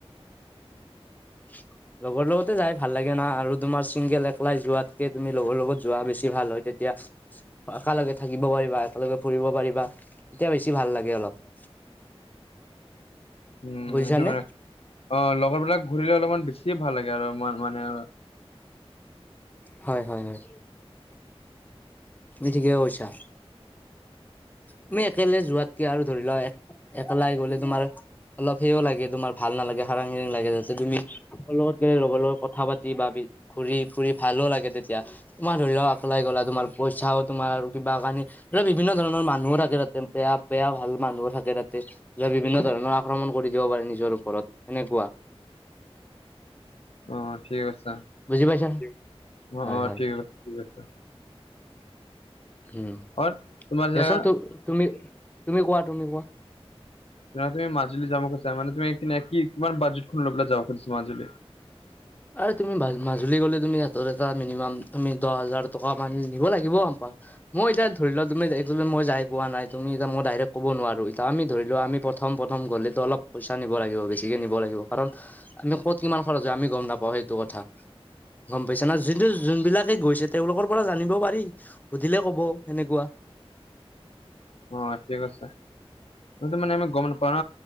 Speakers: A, on the left; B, on the left.
A: <inaudible> লগৰ লগতে যাই ভাল লাগে না আৰু তোমাৰ চিংগেল একলাই যোৱাতকে তুমি লগৰ লগত যোৱা বেছি ভাল হয়। তেতিয়া একেলগে থাকিব পাৰিবা, একেলগে ফুৰিব পাৰিবা। তেতিয়া বেছি ভাল লাগে অলপ।
B: উম। উম'
A: বুজিছানে
B: সেই মানে। অ', লগৰ বিলাক ঘূৰিলে অলপমান বেছি ভাল লাগে আৰু মানে আৰু।
A: হয়-হয়-হয়। তুমি ঠিকে কৈছা। তুমি একেলাই যোৱাতকে আৰু ধৰি লোৱা একেলাই গ'লে তোমাৰ অলপ সেও লাগে তোমাৰ ভাল নালাগে, হাৰাং-হাৰাং লাগে যাতে তুমি লগৰ লগত গ'লে লগৰ লগত কথা পাতি বা ঘূৰি-ফুৰি ভালো লাগে তেতিয়া। তোমাৰ ধৰি লোৱা, একলাই গলা তোমাৰ পইচাও তোমাৰ কিবা কানি ধৰি লোৱা বিভিন্ন ধৰণৰ মানুহো থাকে তাতে বেয়া-বেয়া ভাল মানুহো থাকে তাতে। যে বিভিন্ন ধৰণৰ আক্ৰমণ কৰি দিব পাৰে নিজৰ ওপৰত এনেকুৱা।
B: অ', ঠিকে কৈছা।
A: বুজি পাইছা
B: অ',
A: হয়
B: অ',
A: হয়
B: ঠিকে কৈছা-ঠিকে কৈছা।
A: উম,
B: হয় তোমাৰ
A: দিয়াচোন
B: যেনেকা
A: তু, তুমি-তুমি কোৱা-তুমি কোৱা?
B: তুমি মাজুলী যাম কৈছা, মানে তুমি কি কিমান বাজেতখন লৈ পেলাই যাবা খোজিছা মাজুলী?
A: আৰু তুমি মাজুলী গ'লে তুমি হাতত এটা মিনিমাম তুমি দহ হাজাৰ টকা মান নিব লাগিব আম মই এতিয়া ধৰি লোৱা তুমি একচুৱালী মই যাই পোৱা নাই, তুমি এয়া মই ডাইৰেক্ট ক'ব নোৱাৰোঁ, এতিয়া আমি ধৰিলোৱা আমি প্ৰথম-প্ৰথম গ'লে টো অলপ পইচা নিব লাগিব বেছিকে নিব লাগিব, কাৰণ আমি ক'ত কিমান খৰচ হয় আমি গম নাপ অ', সেইটো কথা, গম পাইছা না? যোনটো যোনবিলাকে গৈছে তেওঁলোকৰ পৰা জানিব পাৰি। সুধিলে ক'ব হেনেকুৱা।
B: অ', ঠিক কৈছা, মানে আমি গম নাপাও ন